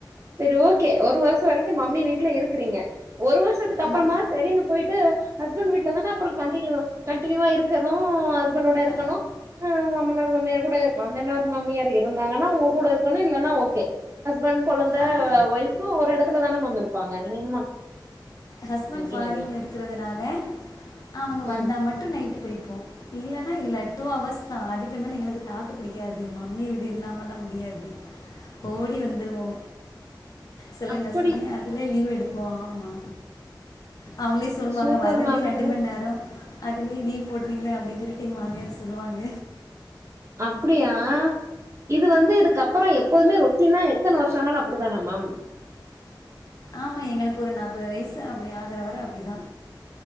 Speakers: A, on the right; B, on the left.
A: செரி ஓக்கே ஒரு வருஷ வரைக்கு மம்மி வீட்ல இருக்கிறீங்க ஒரு வருஷத்துக்கு அப்புறமா
B: ம்.
A: சரின்னு போய்ட்டு ஹஸ்பண் வீட்லதான அப்புற கண்டினியூ கண்டினியூவா இருக்கணு ஹஸ்பண்டோட இருக்கணு
B: ஆ,
A: ஆ மாமனார் மாமியார் கூட மாமனார் மாமியார் இருந்தாங்கன்னா அவுங்க கூட இருக்கணு இல்லன்னா ஓக்கே ஹஸ்பண் கொழந்த
B: ஆ.
A: ஒய்ஃவ் ஒரு எடத்துல தானமேம் இருப்பாங்க நீங்க என்ன மேம்
B: ஹஸ்பண்
A: இங்கயு
B: ஃப்பாரின்
A: அங்கயு
B: இருக்கிறதுனால அவங்க வந்தா
A: ம்
B: மட்டு நைட்டு பொய்போ இல்லன்னா இல்ல டூ அவஹர்ஸ் தா அதுக்கு மேல எங்களுக்கு தாக்கு பிடிக்காது மம்மி வீடு இல்லாமல்லா முடியாது ஓடி வந்துருவோ சில
A: அப்படி
B: நிசமே அதுலே லீவ் எடுப்போ ஆம்மா அவுங்களே சொல்வாங்க
A: சூப்பர்
B: வரத்தே
A: மேம்
B: ரெண்டு
A: இது
B: மண்நேரொ அதுலியு லீவ் போட்றீங்ளா அப்டின் சொல்லிட்டு எங் மாமியார் சொல்லுவாங்க
A: அப்புடியா இது வந்து இதுக்குப்புற எப்போதுமே ரொட் ட்டீனா எத்தன வர்ஷோ ஆனாலு அப்டிதானா மேம்
B: ஆமா எங்களுக்கு ஒரு நாற்பது வயசு அப்டி ஆகுற வர அப்டிதா